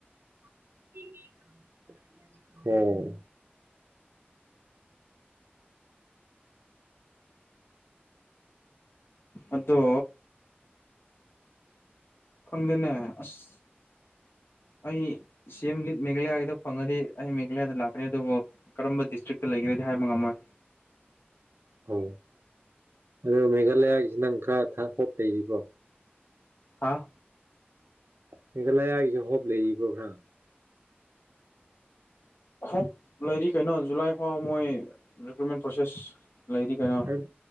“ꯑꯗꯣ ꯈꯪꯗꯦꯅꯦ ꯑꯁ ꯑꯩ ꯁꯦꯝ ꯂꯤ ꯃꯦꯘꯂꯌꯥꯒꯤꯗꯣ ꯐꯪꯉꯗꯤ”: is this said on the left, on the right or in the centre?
Left